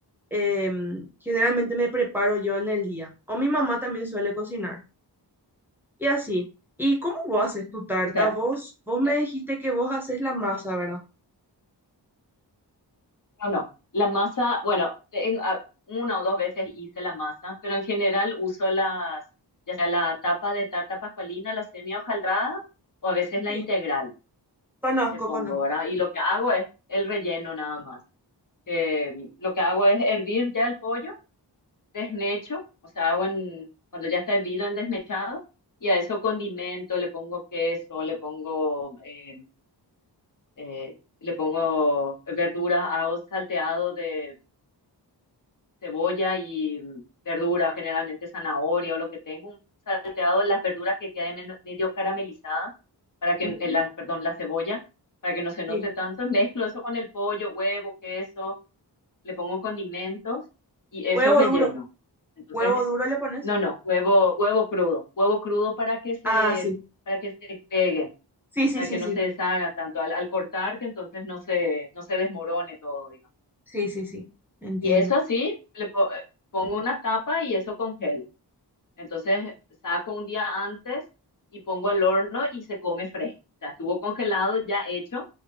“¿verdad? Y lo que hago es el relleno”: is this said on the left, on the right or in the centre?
Left